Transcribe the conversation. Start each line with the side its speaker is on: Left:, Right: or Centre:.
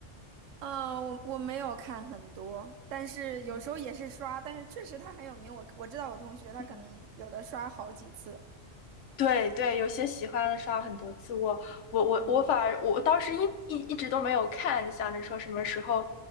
Right: 呃，我我没有看很多，但是有时候也是刷，
Left: 嗯，
Right: 但是确实他很有名，我我知道我同学他可能有的刷好几次。
Left: 嗯，对对，有些喜欢的刷了很多次，我我我我反而我当时一一一直都没有看，
Right: 嗯。
Left: 想着说什么时候